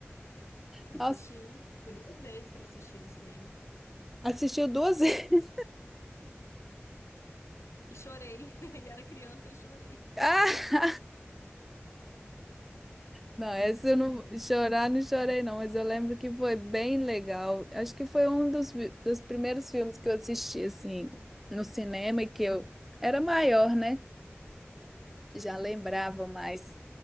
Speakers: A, on the left; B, in the centre.
A: Assisti.
B: Nossa,
A: Fui duas vezes pra assistir no cinema.
B: assistiu duas vezes. <laughs>
A: E chorei. <laughs> E era criança e chorei.
B: Ah, não, essa eu não chorar, não chorei não, mas eu lembro que foi bem legal. Acho que foi um dos, vi- dos primeiros filmes que eu assisti assim no cinema e que eu era maior, né? Já lembrava mais.